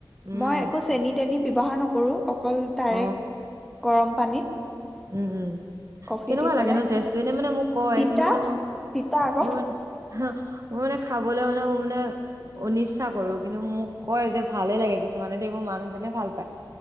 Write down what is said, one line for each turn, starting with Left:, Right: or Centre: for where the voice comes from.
Right: উম
Centre: মই একো চেনি-তেনি। ব্যৱহাৰ নকৰোঁ। অকল ডাইৰেক্ট।
Right: অ
Centre: গৰম পানীত।
Right: উম। উম।
Centre: কফি
Right: কেনেকুৱা
Centre: দি পেলাই
Right: লাগে ন তেজটো? এনেই মানে মোক কয়
Centre: তিতা
Right: কিন্তু মানে মোক
Centre: তিতা আকৌ
Right: মোৰ মানে। হ মই মানে খাবলৈ মানে মোৰ মানে অনচ্ছা কৰো, কিন্তু মোক কয় যে ভালে লাগে কিছুমানে দে মোৰ মানুহজনে ভাল পায়।